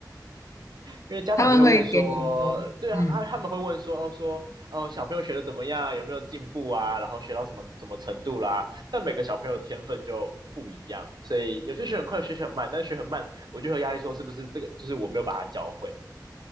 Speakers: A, on the right; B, on the left.
A: <laughs> 因为家长就会问说，
B: 他们会给你很多，
A: 对啊，
B: 嗯
A: 他他们会问说哦说哦小朋友学的怎么样，有没有进步啊，然后学到什么什么程度啦，但每个小朋友的天分就。不一样，所以有些学很快，有些学很慢，但学很慢，我就有压力，说是不是这个就是我没有把它教会？